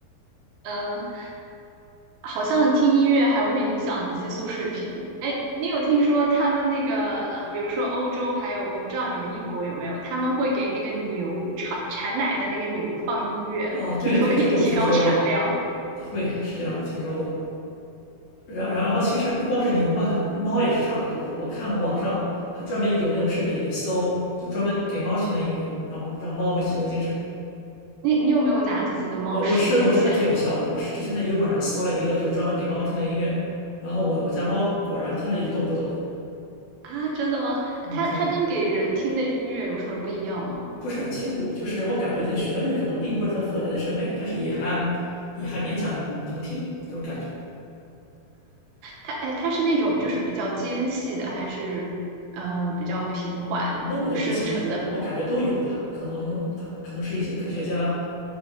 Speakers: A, on the right; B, on the left.
A: <laughs> 嗯、好像听音乐还会影响激素水平。哎，你有听说他们那个呃，比如说欧洲，还有我不知道你们英国有没有，他们会给那个牛产产奶的那个牛放音乐，
B: 哦，
A: 听说可以提高产量。
B: 对对，这个我听说过，会是这样，我听说过。然然后其实不光是牛吧，猫也是差不多的。我看网上还专门有那种视频，你搜就专门给猫听的音乐，让让猫会集中精神。
A: 你你有没有拿自己的猫实验一下
B: 我我试过，真的挺有效的。我是之前在油管上搜了一个，就是专门给猫听的音乐，然后我我家猫果然听上去一动不动的。
A: <laughs> 啊？真的吗？
B: 嗯，
A: 它它跟给人听的音乐有什么不一样吗？
B: 对，不是很清楚，就是我感觉那个旋律可能并不是很符合人的审美，但是也还也还勉强能听这种感觉。
A: 它哎，它是那种就是比较尖细的，还是呃比较平缓深沉的？
B: 那我就不清楚了，我感觉都有吧，可能它可能是一些科学家